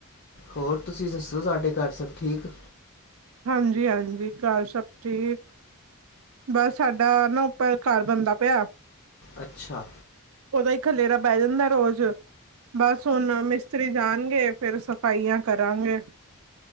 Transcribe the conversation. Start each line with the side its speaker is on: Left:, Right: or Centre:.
Left: ਹੋਰ ਤੁਸੀਂ ਦੱਸੋ ਸਾਡੇ ਘਰ ਸਭ ਠੀਕ?
Right: ਹਾਂਜੀ ਹਾਂਜੀ ਘਰ ਸਭ ਠੀਕ ਬਸ ਸਾਡਾ ਨਾ ਉਪਰ ਘਰ ਬਣਦਾ ਪਿਆ।
Left: ਅੱਛਾ।
Right: ਉਹਦਾ ਹੀ ਖਲੇਰਾ ਪੈ ਜਾਂਦਾ ਰੋਜ਼ ਬਸ ਹੁਣ ਮਿਸਤਰੀ ਜਾਣਗੇ ਫਿਰ ਸਫਾਈਆਂ ਕਰਾਂਗੇ।